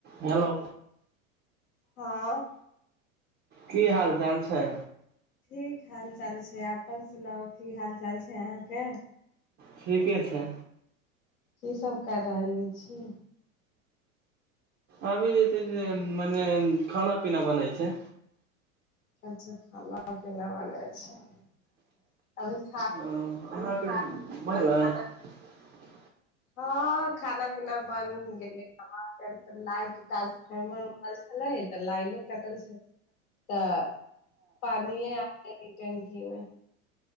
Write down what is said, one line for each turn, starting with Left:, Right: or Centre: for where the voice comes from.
Right: हेलो।
Left: हँ।
Right: की हाल चाल छै।
Left: ठीक हाल चाल छै अपन सुनाउ की हाल चाल छै अहाँके।
Right: ठीके छै।
Left: कीसभ कर रहलै छी
Right: अभी जे छै से मने खाना पीना बनै छै।
Left: अच्छा खाना पनाा बनै छै ख।
Right: <unintelligible> आ
Left: हँ खाना पीना बन गेलै लाइट ट्रांसफर््मर रहल छले तऽ लाइने कटल छल तऽ पानिे आ टंकी मे।